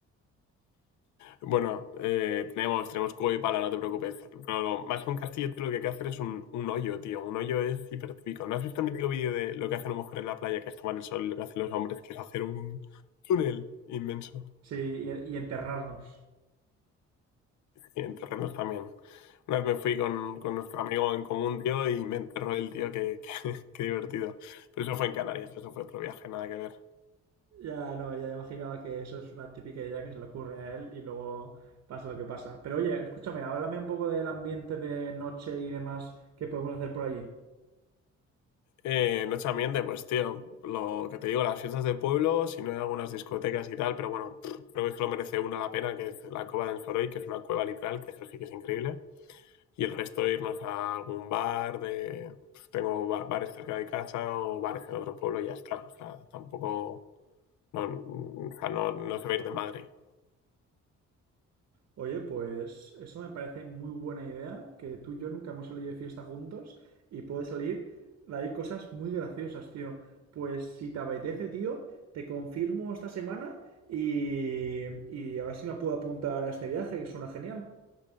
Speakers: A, on the left; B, on the right.
A: Bueno, eh, tenemos, tenemos cubo y pala, no te preocupes. Pero lo- más que un castillo, tío, lo que hay que hacer es un, un hoyo, tío. Un hoyo es hipertípico. ¿No has visto el mítico vídeo de lo que hace una mujer en la playa, que es tomar el sol, y lo que hacen los hombres, que es hacer un túnel inmenso?
B: Sí, y y enterrarnos.
A: Y en terrenos también. Una vez me fui con, con nuestro amigo en común, tío, y me enterró el tío, que, que- <laughs> qué divertido. Pero eso fue en Canarias, eso fue otro viaje, nada que ver.
B: Ya, no, ya imaginaba que eso es una típica idea que se le ocurre a él y luego pasa lo que pasa. Pero oye, escúchame, háblame un poco del ambiente de noche y demás que podemos hacer por allí.
A: Eh, noche ambiente, pues tío, lo que te digo, las fiestas de pueblo, si no hay algunas discotecas y tal, pero bueno, pff, creo que es que lo merece una la pena, que es la cova del Soroy, que es una cueva literal, que eso sí que es increíble. Y el resto irnos a algún bar, de pues, tengo ba- bares cerca de casa o bares en otro pueblo y ya está. O sea, tampoco, no, mm, o sea, no, no se va a ir de madre.
B: Oye, pues eso me parece muy buena idea, que tú y yo nunca hemos salido de fiesta juntos y puede salir de ahí cosas muy graciosas, tío. Pues si te apetece, tío, te confirmo esta semana y, y a ver si me puedo apuntar a este viaje, que suena genial.